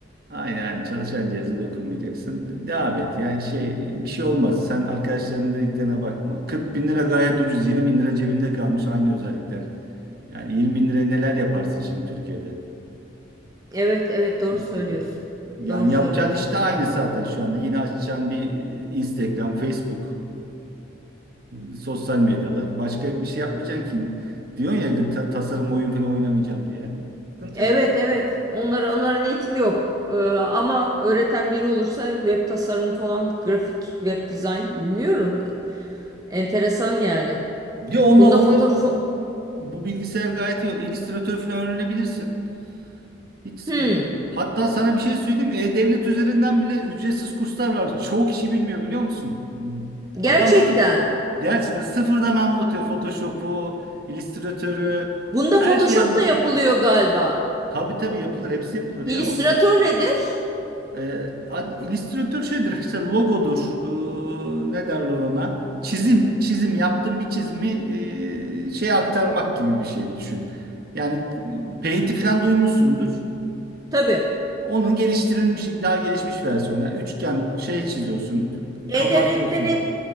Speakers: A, on the right (about 50°); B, on the right (about 20°).
A: Aynen çalışan cihaza dokunmayacaksın. De- Devam et yani şey bir şey olmaz. Sen arkadaşlarının dediklerine bakma. 40 bin lira gayet ucuz. 20 bin lira cebinde kalmış aynı özellikler. Yani 20 bin liraya neler yaparsın şimdi Türkiye'de?
B: Evet evet doğru
A: Üstüne.
B: söylüyorsun.
A: Yani
B: Doğru söylüyorsun.
A: yapacağın iş de aynı zaten şu anda. Yine açacaksın bir Instagram, Facebook, e, sosyal medyalar. Başka bir şey yapmayacaksın ki. Diyorsun ya ta- tasarım oyun falan oynamayacağım diye. Sıkıntı
B: Evet
A: yok o zaman.
B: evet. Onlara onlara niyetim yok. Ee, ama öğreten biri olursa web tasarımı falan, grafik, web dizayn bilmiyorum. Enteresan yani.
A: Diyor onlar
B: Bunda
A: onları
B: foto
A: bu
B: fo-
A: bu bilgisayar gayet iyi. Illustrator falan öğrenebilirsin. Hiç sıkıntı
B: Hmm,
A: yok. Hatta sana bir şey söyleyeyim. E-Devlet üzerinden bile ücretsiz kurslar var. Çoğu kişi bilmiyor biliyor musun?
B: gerçekten.
A: Adam sırf gerçekten sıfırdan anlatıyor. Photoshop'u, Illustrator'ı
B: Bunda
A: her
B: Photoshop
A: şeyi anlatıyor.
B: da yapılıyor galiba.
A: Tabii tabii yapılır. Hepsi yapılır
B: İllüstratör
A: ya. Onda
B: nedir?
A: e, ad- illüstratör şeydir işte logodur. E, ne derler ona? Çizim, çizim yaptığım bir çizimi e, şeye aktarmak gibi bir şey düşün. Yani e, Paint'i falan duymuşsundur.
B: Tabii.
A: Onun geliştirilmiş, daha gelişmiş versiyonu. Yani üçgen şey çiziyorsun,
B: E-Devlet'te
A: kabartıyorsun.
B: ne